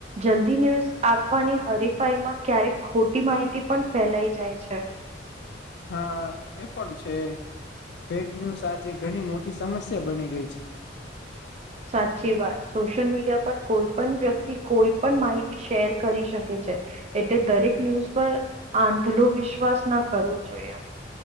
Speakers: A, on the right (about 35°); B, on the left (about 65°).
A: જલ્દી ન્યૂઝ આપવાની હરીફાઈમાં ક્યારેક ખોટી માહિતી પણ ફેલાઈ જાય છે.
B: હા એ પણ છે. ફેક ન્યુઝ આજે ઘણી મોટી સમસ્યા બની ગઈ છે.
A: સાચી વાત! સોશિયલ મીડિયા પર કોઈ પણ વ્યક્તિ કોઈ પણ માહિતી શેર કરી શકે છે. એટલે દરેક ન્યૂઝ પર આંધળો વિશ્વાસ ના કરવો જોઈએ.